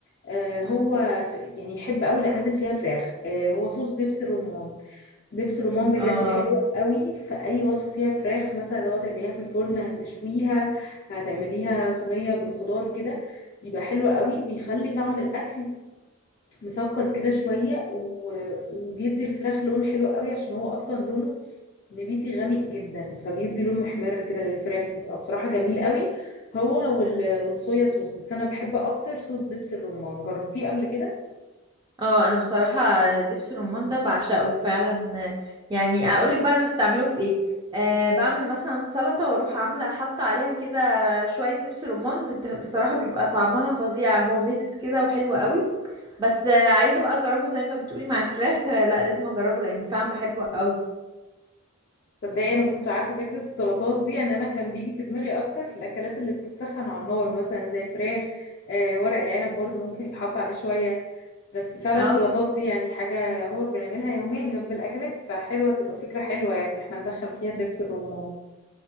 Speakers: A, on the left (about 45°); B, on the right (about 20°).
A: آه
B: مم.
A: هو في يعني يحب قوي الاكلات اللي فيها فراخ آه هو صوص دبس الرمان دبس الرمان بجد
B: اه
A: حلو قوي في اي وصفه فيها فراخ مثلا لو تعمليها في الفرن هتشويها هتعمليها صينيه بالخضار كده بيبقى حلو قوي بيخلي طعم الاكل مسكر كده شويه و- وبيدي الفراخ لون حلو قوي عشان هو اصلا لونه نبيتي غامق جدا فبيدي لون محمر كده للفراخ بيبقى بصراحة جميل قوي هو وال... والصويا صوص بس انا بحب اكتر صوص دبس الرمان جربتيه قبل كده
B: اه انا بصراحه دبس الرمان ده بعشقه فعلا يعني اقولك بقى انا بستعمله في ايه أه بعمل مثلا سلطه واروح عامله حاطه عليها كده شويه دبس رمان بت- بصراحه بيبقى طعمها فظيع هو ميزز كده وحلو قوي بس آه، عايزه بقى اجربه زي ما بتقولي مع الفراخ <laughs> آه، لا لازم اجربه لان فعلا بحبه قوي
A: تصدقي انا ما كنتش عارفة فكرة السلطات دي يعني انا كان بيجي في دماغي اكتر في الاكلات اللي بتتسخن على النار مثلا زي الفراخ آه ورق العنب برضو ممكن يتحط عليه شوية بس فعلا
B: اه
A: السلطات دي يعني حاجة يعتبر بنعملها يوميا جنب الاكلات فحلوة تبقى فكرة حلوة يعني ان احنا ندخل فيها دبس الرمان